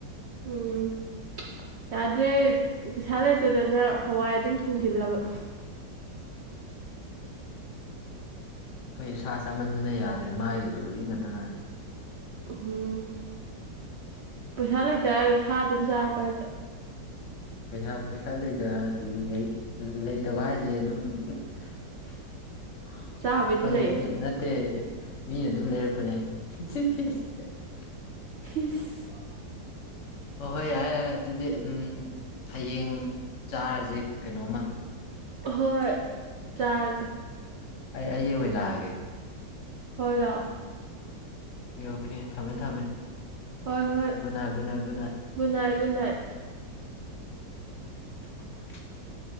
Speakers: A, on the right; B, on the left.
A: ꯎꯝ ꯌꯥꯗ꯭ꯔꯦ ꯄꯩꯁꯥ ꯂꯩꯇꯗꯅ ꯍꯋꯥꯏ ꯑꯗꯨꯝ ꯊꯣꯡꯖꯤꯜꯂꯕ
B: ꯑꯩꯈꯣꯏ ꯁꯥ ꯆꯥꯃꯟꯗꯅ ꯌꯥꯗ꯭ꯔꯦ ꯃꯥꯏꯗꯨꯁꯨ ꯎꯔꯤ ꯉꯥꯛꯇ ꯉꯥꯏꯔꯦ
A: ꯎꯝ ꯄꯩꯁꯥ ꯂꯩꯇꯦ ꯍꯥꯏꯔꯒ ꯁꯥ ꯑꯗꯨꯝ ꯆꯥꯔꯕ ꯍꯥꯏꯁꯦ
B: ꯄꯩꯁꯥ ꯄꯩꯁꯥ ꯂꯩꯇꯅ ꯂꯩ ꯂꯩꯇꯕ ꯍꯥꯏꯁꯦ ꯑꯗꯨꯝ <unintelligible>
A: ꯆꯥꯕꯩꯗꯤ
B: ꯗꯪꯗꯦ
A: ꯂꯩ
B: ꯑꯗꯨ ꯅꯠꯇꯦ ꯃꯤꯅ ꯑꯗꯨꯝ ꯂꯩꯔꯛꯄꯅꯦ <unintelligible>
A: ꯏꯁ
B: ꯍꯣ ꯍꯣꯏ ꯌꯥꯔꯦ ꯌꯥꯔꯦ ꯑꯗꯨꯗꯤ ꯎꯝ ꯍꯥꯌꯦꯡ ꯆꯥꯔꯁꯦ ꯀꯩꯅꯣꯃ
A: ꯍꯣꯏ ꯆꯥꯔꯁꯦ
B: ꯑꯩ ꯑꯩ ꯑꯣꯏꯅ ꯂꯛꯑꯒꯦ
A: ꯍꯣꯏ ꯂꯛꯑꯣ
B: ꯑꯣꯈꯦ ꯑꯣꯈꯦ ꯊꯝꯃꯦ ꯊꯝꯃꯦ
A: ꯍꯣꯏ ꯍꯣꯏ
B: good night good night good night
A: good night ꯒꯨꯠꯅꯥꯠ
B: <inaudible>